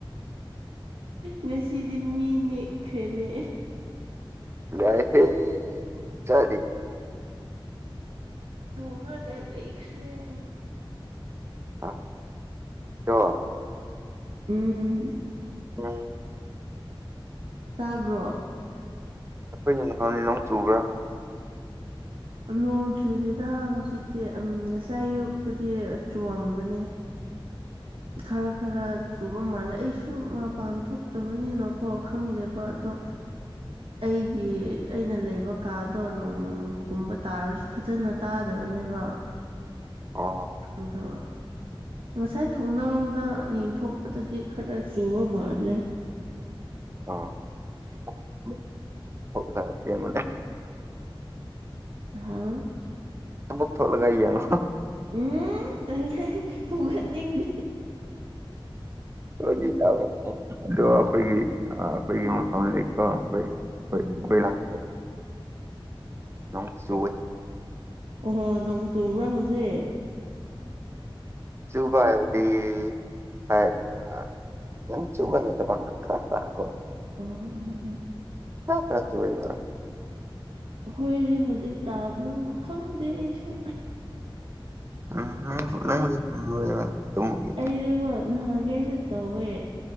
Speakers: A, on the right (about 80°); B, on the right (about 30°).
A: ꯉꯁꯤꯗꯤ ꯃꯤ ꯅꯦꯛꯈ꯭ꯔꯦꯅꯦ
B: ꯌꯥꯏꯍꯦ ꯆꯗꯤ
A: ꯊꯝꯃꯥꯒ ꯂꯩꯈꯔꯦ
B: ꯑꯥ <unintelligible>
A: ꯎꯝ
B: <unintelligible>
A: ꯇꯥꯕ꯭ꯔꯣ
B: ꯑꯩꯈꯣꯏ <unintelligible> ꯅꯣꯡ ꯆꯨꯕ꯭ꯔꯥ
A: ꯅꯣꯡ ꯆꯨꯗꯦꯗ ꯍꯧꯖꯤꯛꯇꯤ ꯉꯁꯥꯏ ꯑꯌꯨꯛꯇꯗꯤ ꯆꯨꯑꯝꯕꯅꯦ
B: <inaudible>
A: ꯈꯔ ꯈꯔ ꯆꯨꯕ ꯃꯥꯜꯂꯦ ꯑꯩꯁꯨ ꯃꯄꯥꯟ ꯊꯣꯛꯇꯕꯅꯤꯅꯀꯣ ꯈꯪꯗꯦꯕ ꯑꯗꯣ
B: <inaudible>
A: ꯑꯩꯒꯤ ꯑꯩꯅ ꯂꯩꯕ ꯀꯥꯗꯣ ꯅꯣꯡ ꯅꫭꯡ ꯀꯨꯝꯕ ꯇꯥꯔꯁꯨ ꯐꯖꯅ ꯇꯥꯗꯕꯅꯦꯕ
B: ꯑꯥ
A: ꯑꯗꯣ ꯉꯁꯥꯏ ꯊꯣꯡꯅꯥꯎꯗ ꯌꯦꯡꯊꯣꯛꯄꯗꯗꯤ ꯈꯔ ꯆꯨꯕ ꯃꯥꯜꯂꯦ
B: ꯑꫭ
A: <inaudible>
B: <unintelligible>
A: ꯑꯍ
B: ꯑꯃꯨꯛ ꯊꯣꯛꯂꯒꯥ ꯌꯦꯡꯉꯣ
A: ꯎꯝ ꯇꯜꯂꯦ ꯍꯧꯒꯠꯅꯤꯡꯗꯦ
B: ꯐꯥꯒꯤ ꯇꯧꯕꯅꯤꯍꯦ ꯑꯗꯣ ꯑꯩꯈꯣꯏꯒꯤ-ꯑꯩꯈꯣꯏꯒꯤ ꯃꯐꯝ ꯂꯩꯀꯣ ꯑꯩꯈꯣꯏ ꯍꯣꯏ
A: ꯎꯝ
B: ꯑꯩꯈꯣꯏ ꯂꯥꯛ ꯅꯣꯡ ꯆꯨꯑ
A: ꯑꯣꯍꯣ ꯅꯣꯡ ꯆꯨꯕ꯭ꯔꯥ ꯍꯧꯖꯤꯛ
B: ꯆꯨꯕ ꯍꯥꯏꯕꯗꯤ ꯍꯣꯏ ꯑ ꯌꯥꯝ ꯆꯨꯕ ꯅꯠꯇꯕ ꯈ꯭ꯔ ꯈ꯭ꯔ ꯀꯣ
A: ꯑꯣ-ꯑꯣ-ꯑꯣ
B: ꯈ꯭ꯔ ꯈ꯭ꯔ ꯆꯨꯢꯌꯦꯕ
A: ꯑꯩꯈꯣꯏꯗꯤ ꯍꯧꯖꯤꯛ ꯇꯥꯗꯕ ꯈꯪꯗꯦ ꯑꯩꯁꯨ
B: ꯎꯝ ꯅꯪꯕꯨꯗꯤ ꯈꯪꯂꯣꯢꯕ ꯇꯨꯝꯕꯒꯤ
A: ꯑꯩꯗꯤꯀꯣ ꯅꯍꯥꯟꯈꯩꯁꯨ ꯇꯧꯋꯦ